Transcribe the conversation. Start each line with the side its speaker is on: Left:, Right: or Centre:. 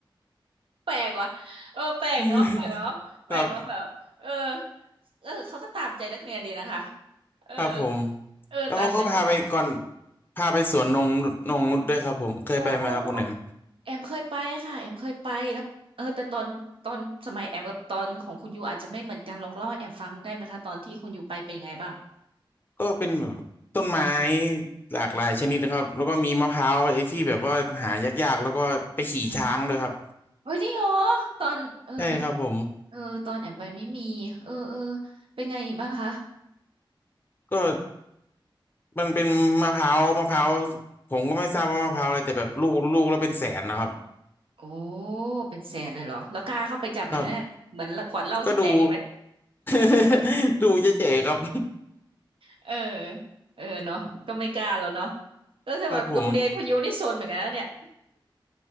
Right: แปลกว่ะเออแปลกเนาะแปลกเนาะแปลกเนาะแบบเออ
Left: <laughs> ครับ
Right: เออเขาก็ตามใจนักเรียนดีนะคะ เออ
Left: ครับผม
Right: เออตามใจนักเรียน
Left: แล้วเขาก็พาไปก่อนพาไปสวนนงนงนุชด้วยครับผมเคยไปไหมครับคุณแหนม
Right: โอ้ แอมเคยไปค่ะแอมเคยไปแล้วเออแต่ตอนตอนสมัยแอมกับตอนของคุณยูอาจจะไม่เหมือนกันลองเล่าให้แอมฟังได้ไหมคะตอนที่คุณยูไปเป็นยังไงบ้าง
Left: ก็เป็นแบบต้นไม้หลากหลายชนิดนะครับแล้วก็มีมะพร้าวไอ้ที่แบบว่าหายากๆแล้วก็ไปขี่ช้างเลยครับ
Right: อ่าเฮ้ยจริงเหรอตอนเออ
Left: ใช่ครับผม
Right: เออตอนแอมไปไม่มีเออเออเป็นไงอีกบ้างคะ
Left: ก็มันเป็นมะพร้าวมะพร้าวผมก็ไม่ทราบว่ามะพร้าวอะไรแต่แบบลูกลูกแล้วเป็นแสนนะครับ
Right: โอ้เป็นแสนเลยเหรอแล้วกล้าเข้าไปจับไหมคะเนี่ยเหมือนขวดเหล้าที่แตกอยู่ไหม
Left: ครับก็ดู <laughs> ดูเฉยๆครับ
Right: เออเออเนาะก็ไม่กล้าแล้วเนาะเออแต่แบบโรงเรียนคุณยูนี่โซนเหมือนกันนะเนี่ย
Left: ครับผม